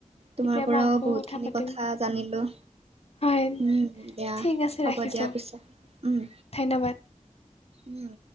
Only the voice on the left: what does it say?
কেতিয়াবা
আকৌ
পাতিম
হয়
ঠিক আছে
ৰাখিছোঁ
ধন্যবাদ